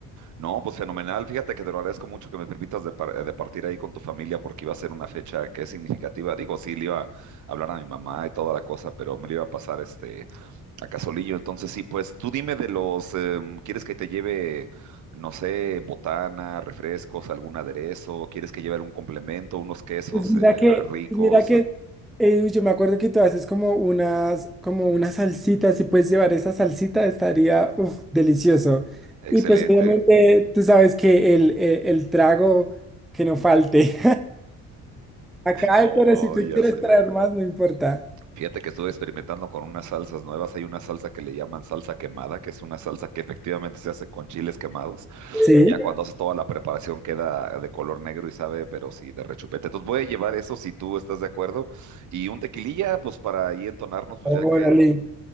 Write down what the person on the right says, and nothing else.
No, pues fenomenal. Fíjate que te lo agradezco mucho que me permitas de, par- de partir ahí con tu familia porque iba a ser una fecha que es significativa. Digo, sí, le iba a hablar a mi mamá y toda la cosa, pero me lo iba a pasar este a Casolillo. Entonces, sí, pues tú dime de los, em, ¿quieres que te lleve, no sé, botana, refrescos, algún aderezo? ¿Quieres que lleve algún complemento, unos quesos
eh,
ricos?
Excelente.
No,
ya
sé.
Fíjate que estuve experimentando con unas salsas nuevas. Hay una salsa que le llaman salsa quemada, que es una salsa que efectivamente se hace con chiles quemados.
Y Ya cuando haces toda la preparación queda de color negro y sabe, pero sí, de rechupete. Entonces voy a llevar eso si tú estás de acuerdo. Y un tequililla, pues para ahí entonarnos, pues
ya que